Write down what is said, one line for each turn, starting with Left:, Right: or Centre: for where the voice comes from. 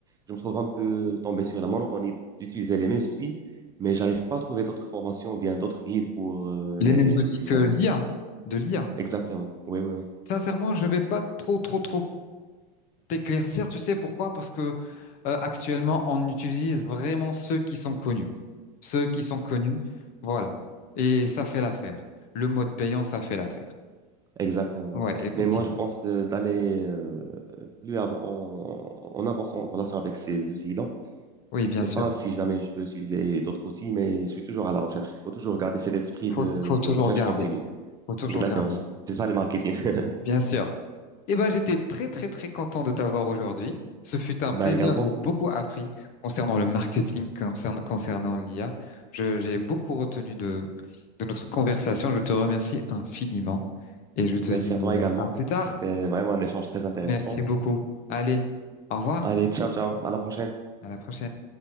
Right: je me trouve un peu tombé sur la monotonie d'utiliser les mêmes outils, mais j'arrive pas à trouver d'autres formations ou bien d'autres guides pour euh,
Left: Les
Right: m'aider,
Left: mêmes outils
Right: si
Left: que
Right: jamais.
Left: l'IA, de l'IA.
Right: Exactement. Oui, oui, oui.
Left: Sincèrement, je vais pas trop, trop, trop t'éclaircir, tu sais pourquoi? Parce que euh, actuellement, on utilise vraiment ceux qui sont connus. Ceux qui sont connus, voilà. Et ça fait l'affaire. Le mode payant, ça fait l'affaire.
Right: Exactement,
Left: Ouais,
Right: oui.
Left: effectivement.
Right: Mais moi, je pense de- d'aller euh, plus avant, en, en avançant en relation avec ces outils-là.
Left: Oui, bien
Right: Je sais
Left: sûr.
Right: pas si jamais je peux utiliser d'autres outils, mais je suis toujours à la recherche. Il faut toujours garder cet esprit de,
Left: faut, faut toujours
Right: de recherche
Left: garder.
Right: continue.
Left: Faut toujours
Right: Exactement.
Left: garder.
Right: C'est ça le marketing. <laughs>
Left: Bien sûr. Eh ben, j'étais très, très, très content de t'avoir aujourd'hui. Ce fut un
Right: Ben
Left: plaisir.
Right: également,
Left: J'ai beaucoup appris concernant le marketing, concernant, concernant l'IA. Je, j'ai beaucoup retenu de, de notre conversation. Je te remercie infiniment et je te
Right: merci
Left: dis
Right: à toi
Left: euh,
Right: également.
Left: à plus tard.
Right: C'était vraiment un échange très intéressant.
Left: Merci beaucoup. Allez, au revoir.
Right: Allez, ciao, ciao. À la prochaine.
Left: À la prochaine.